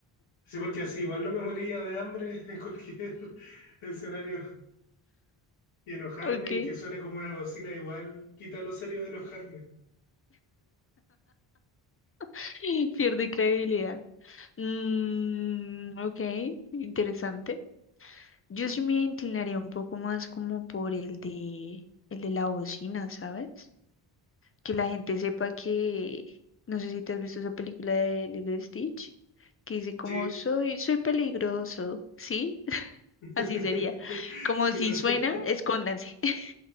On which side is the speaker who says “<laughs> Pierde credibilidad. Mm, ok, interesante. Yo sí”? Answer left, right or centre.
Left